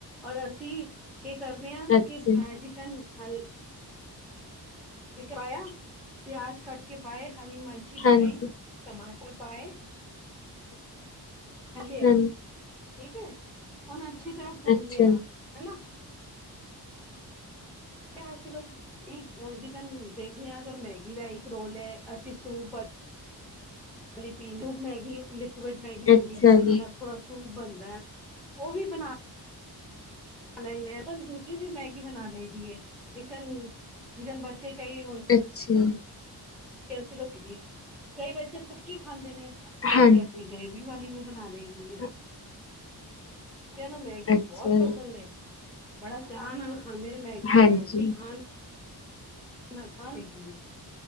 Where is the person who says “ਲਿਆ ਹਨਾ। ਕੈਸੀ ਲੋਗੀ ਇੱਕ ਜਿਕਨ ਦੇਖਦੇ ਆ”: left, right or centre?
Centre